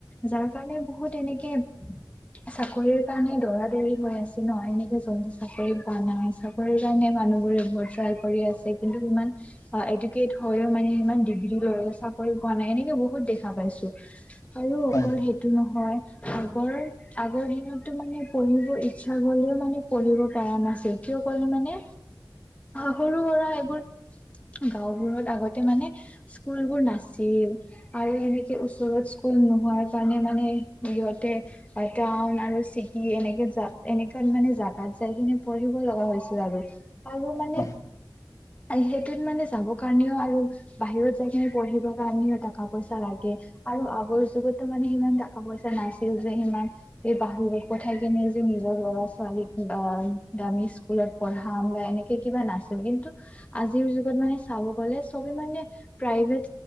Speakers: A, on the left; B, on the left.
A: যাৰ সেইকাৰণে বহুত এনেকে চাকৰিৰ কাৰণে দৰা দৰি হৈ আছে ন, এনেকে জল্দি চাকৰি পোৱা নাই চাকৰি কাৰণে য়া মানুহবোৰে এইবোৰ ট্ৰাই কৰি আছে কিন্তু সিমান এডুকেট হৈও মানে সিমান ডিগ্ৰী লৈও চাকৰি পোৱা নাই এনেকে বহুত দেখা পাইছো। আৰু অকল
B: হয় হয়
A: নহয়। আগৰ আগৰ দিনতো মানে পঢ়িবৰ ইচ্ছা গলেও মানে পঢ়িব পাৰ বেয়া নাছিল, কিয় ক'লে মানে সৰু সুৰা এইবোৰ গাঁওবোৰত আগতে মানে স্কুলবোৰ নাছিল, আৰু এেনেকে ওচৰত স্কুল <unintelligible> নোহোৱা কাৰণে মান মানে সিহঁতে টাউন আৰু চিটি এনেকে জা, এনেকে মানে জোগাত যাই কিনে পঢ়িব লগা হৈছিল আৰু আৰু মানে
B: হয়
A: সেইটোত মানে যাব কাৰণেও আৰু বাহিৰত যায় কিনে পঢ়িব কাৰণেও টকা পইচা লাগে। আৰু আগৰ যুগতটো মানে সিমান টকা পইচা নাছিল যে, সিমান এই বাহিৰত পঠাই কেনে যে নিজৰ ল'ৰা ছোৱালীক আহ দামি স্কুলত পঢ়াম বা এনেকে কিবা নাছিল। কিন্তু আজিৰ যুগত মানে চাব গ'লে চবে মানে প্ৰাইভেট